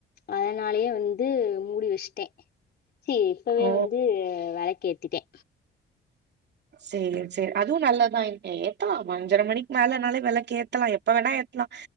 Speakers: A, on the left; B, on the right.
A: அதனாலயே வந்து மூடி வச்சுட்டே சி இப்பவே
B: ஓ!
A: வந்து வெளக்கு ஏத்திட்டே
B: செய்லா செர் அதுவு நல்லதா ஏத்தலா அஞ்சர மணிக் மேலனாலே வெளக் ஏத்தலா எப்ப வேணா ஏத்தலா